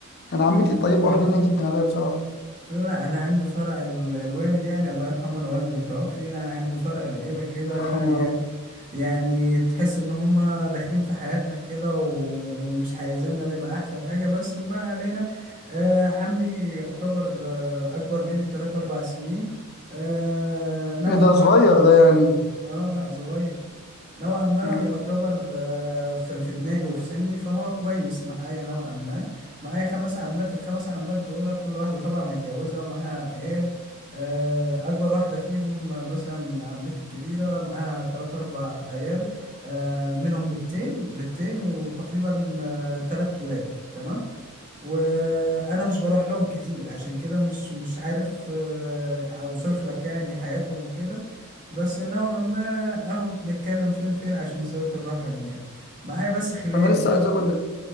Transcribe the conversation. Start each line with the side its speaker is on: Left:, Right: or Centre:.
Left: أنا عمتي
Right: لا
Left: طيبة وحنينة جدا عليا بصراحة
Right: لا، انا عندي فرع ال- الوالد يعني الله يرحمه انا والدي متوفي انا عندي فرع العيله كده
Left: الله يرحمه
Right: يعني
Left: يا رب
Right: يعني تحس ان هما داخلين في حياتنا كده ومش عايزيننا نبقى احسن حاجه بس ما علينا آه عمي يعتبر آه اكبر مني بثلاث اربع سنين آه نوعا
Left: إيه ده
Right: ما
Left: صغير ده يعني
Right: اه لا صغير نوعا ما
Left: مم.
Right: يعتبر آه، في في دماغي وفي سني فهو كويس معايا نوعا ما معايا خمس عمات الخمس عمات دول كل واحدة طبعا متجوزة ومعاها عيال آه، أكبر واحدة فيهم آه، مثلا عمتي الكبيرة معاها تلات أربع عيال آه، منهم بنتين بنتين وتقريبا آه، تلات ولاد تمام وانا مش بروح لهم كتير عشان كده مش مش عارف آه، اوصف لك يعني حياتهم وكده بس نوعا ما اهو بنتكلم فين فين عشان صلة الرحم يعني معايا بس خلاني
Left: أنا لسه
Right: الفرق
Left: عايز أقول لك